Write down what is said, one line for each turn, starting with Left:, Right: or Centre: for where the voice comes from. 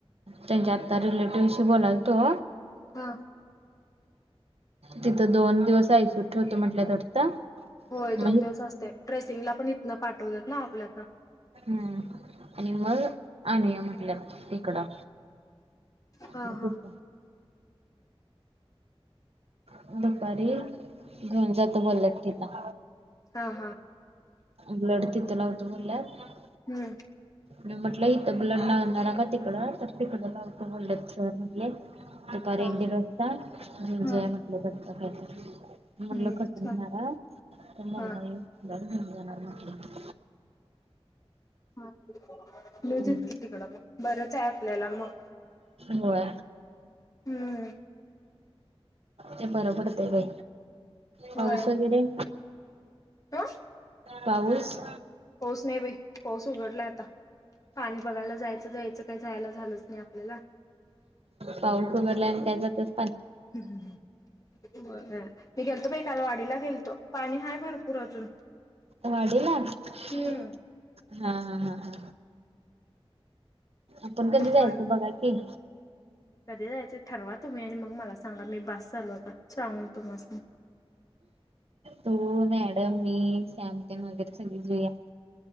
Right: त्यांच्या आत्ता रिलेटिव्हशी बोलायल तो
Left: हा.
Right: तिथं दोन दिवस आय सी यु त ठेवत म्हटल्या वाटतं.
Left: होय.
Right: मग
Left: दोन दिवस असते ड्रेसिंगला पण इथनं पाठवतात ना आपल्यातन
Right: हम्म आणि मग आणूया म्हटल्या तिकडं.
Left: हा
Right: मज
Left: हा
Right: का <unintelligible> दुपारी घेऊन जातो बोलल्यात तिला.
Left: हां. हां.
Right: ब्लड तिथं लावतोय बोलल्यात.
Left: हम्म.
Right: म्हटलं इथं ब्ल लाणार का तिकडं तर तिकडं लावतं बोललं स म्हटले. दुपारी
Left: हा
Right: एक
Left: हा
Right: दिड वाजता घेऊन
Left: हा
Right: जाय म्हटले जाता जाता. म्हटलं
Left: हम्म
Right: खर्चून
Left: छान
Right: होणार तर म्हणून
Left: हा
Right: मला घेऊन जाणार म्हटले.
Left: ह
Right: म्हटले
Left: येउदेत कि तिकडं मग बरंच आहे आपल्याला मग
Right: होय.
Left: हम्म
Right: हे बरोबर देवे पाऊस
Left: होय
Right: वगैरे
Left: ह
Right: पाऊस. पाऊस
Left: पाऊस नाही बाई. पाऊस उघडला आता. पाणी बघायला जायचं जायचं काय जायला झालंच नाही आपल्याला
Right: पाऊस उघडला आणि त्याच्यातच
Left: हम् ह. मग मी गेलतो बाई काल वाडीला गेलतो पाणी हाय भरपूर अजून.
Right: वाढला. हा.
Left: हम्म
Right: हा. हा. हा. आपण कधी जायचं
Left: बर
Right: बघा की?
Left: कधी जायचं ठरवा तुम्ही आणि मग मला सांगा मी बस झालो आता सांगून तुम्हासी
Right: तू, मॅडम, मी सांगते मग सगळे जाऊया